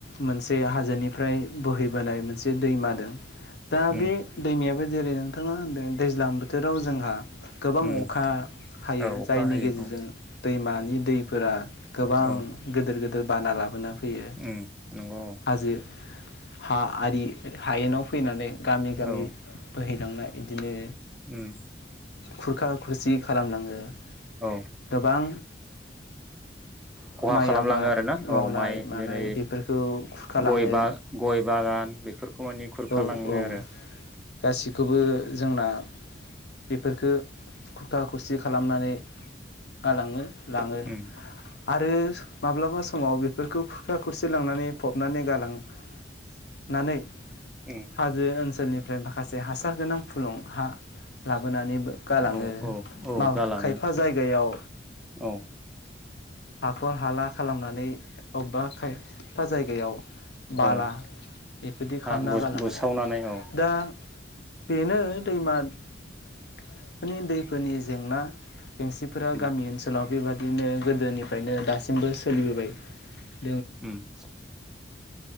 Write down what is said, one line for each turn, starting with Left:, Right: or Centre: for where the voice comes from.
Left: मोनसे हाजोनिफ्राय बोहैबोनाय मोनसे दैमा दों दा
Centre: उम
Left: बे गामियाबो जेरै नोंथाङा दैज्लां बोथोराव जोंहा गोबां
Centre: उम
Left: अखा हायो
Centre: औ अखा
Left: जायनि
Centre: हायो
Left: गेजेरजों
Centre: औ
Left: दैमानि दैफोरा गोबां
Centre: औ
Left: गोदोर गोेद दोर बाना लाबोना फैयो
Centre: उम नंगौ
Left: हाजो हा आरि हायेनाव फैनानै गामि गामि
Centre: औ
Left: बोहैलांना इदिनो
Centre: उम
Left: खुरखा खुरसि खालामलाङो
Centre: औ
Left: गोबां
Centre: खहा
Left: माइ
Centre: खालामलाङो
Left: आबाद
Centre: आरोना
Left: मावनाय
Centre: औ माइ
Left: मानाय
Centre: जेरै
Left: बेफोरखौ खुरखालाङो
Centre: गय बा गय बागान बेफोरखौ मानि खुरखालाङो
Left: औ औ
Centre: आरो
Left: गासिखौबो जोंना बेफोर खो खुथा खुसि खालामनानै गालाङो लाङो
Centre: उम
Left: आरो माब्लाबा समाव बेफोरखौ खुरखा खुरसि लांनानै फबनानै गालांनानै
Centre: उम
Left: हाजो ओनसोलनि ओमफ्राय माखासे हासार गोनां फुलुं हा लाबोनानै गालाङो
Centre: औ औ औ
Left: मा
Centre: गालाङो
Left: खायफा जायगायाव
Centre: औ
Left: हाखर हाला खालामनानै बबेबा खायफा जायगायाव बाला
Centre: औ
Left: बेफोरदि
Centre: हा
Left: खालामना गालाङो
Centre: बुसावनानै औ
Left: बेनो दैमादनि दैफोरनि जेंना । बेेंसिफोरा
Centre: उम
Left: गामि ओनसोलाव । बेबादिनो गोदोनिफ्रायनो दासिमबो सोलिबोबाय ।
Centre: ओम--।